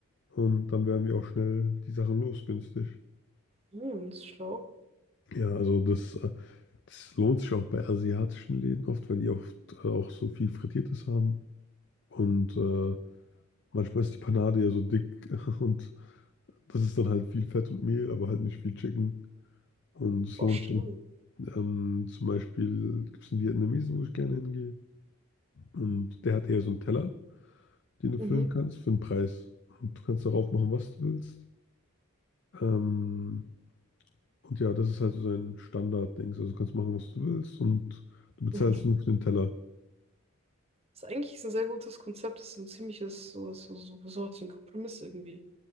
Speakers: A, on the left (about 55°); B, on the right (about 30°).
A: und dann werden wir auch schnell die Sachen los, günstig.
B: Hm, das ist schlau.
A: Ja, also das, äh, das lohnt sich auch bei asiatischen Läden oft, weil die oft äh, auch so viel Frittiertes haben und äh, manchmal ist die Panade ja so dick <laughs> und das ist dann halt viel Fett und Mehl, aber halt nicht viel Chicken. Und es
B: Boah,
A: lohnt
B: stimmt.
A: sich. Und, Ähm, zum Beispiel gibt es einen Vietnamesen, wo ich gerne hingehe. Und der hat eher so einen Teller. den du
B: Mhm.
A: füllen kannst für einen Preis. Und du kannst darauf machen, was du willst. Ähm, und ja, das ist halt so sein Standard-Dings. Also du kannst machen, was du willst und du bezahlst
B: Mhm.
A: nur für den Teller.
B: Das ist eigentlich ein sehr gutes Konzept. Das ist ein ziemliches, so, so, so, so was wie ein Kompromiss irgendwie.